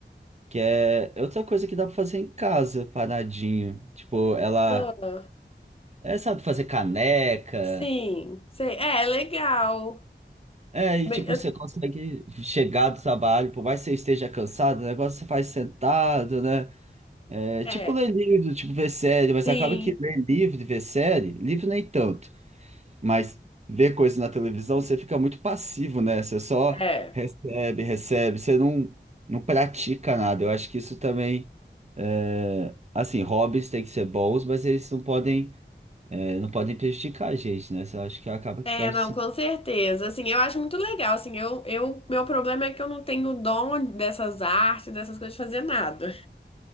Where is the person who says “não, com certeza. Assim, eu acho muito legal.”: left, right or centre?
Left